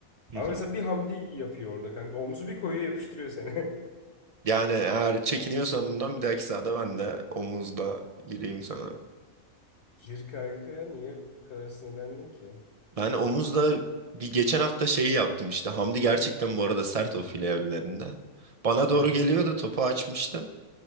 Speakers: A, on the right (about 45°); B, on the left (about 55°).
A: hı
B: Ama
A: hı.
B: mesela bir Hamdi yapıyor orada kanka. Omzu bir koyuyor yapıştırıyor seni.
A: Yani eğer çekiniyorsan bundan bir dahaki sahada ben de omuzla gireyim sana.
B: <laughs> Gir kanka niye bu kadar sinirlendin ki?
A: Ben omuzda bir geçen hafta şeyi yaptım işte. Hamdi gerçekten bu arada sert o file önlerinde. Bana
B: Evet.
A: doğru geliyordu topu açmıştım.